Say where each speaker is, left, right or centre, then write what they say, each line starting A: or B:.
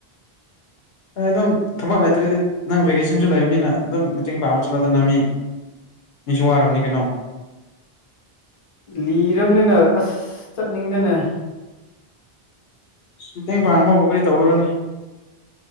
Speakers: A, on the left (about 75°); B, on the left (about 35°).
A: ꯍꯣꯏ ꯑꯗꯨꯝ ꯊꯕꯛ ꯂꯩꯇ꯭ꯔꯗꯤ ꯅꯪ ꯚꯦꯀꯦꯁꯟꯁꯨ ꯂꯩꯕꯅꯤꯅ ꯑꯗꯨꯝ ꯃꯇꯦꯡ ꯄꯥꯡꯕ ꯆꯠꯂꯣ ꯗ ꯅꯃꯤ ꯃꯤꯁꯨ ꯋꯥꯔꯝꯅꯤ ꯀꯩꯅꯣ
B: ꯂꯤꯔꯕꯅꯤꯅ ꯑꯁ ꯆꯠꯅꯤꯡꯗꯦꯅꯦ
A: ꯃꯇꯦꯡ ꯄꯥꯡꯕꯕꯨ ꯀꯔꯤ ꯇꯧꯔꯨꯔꯅꯤ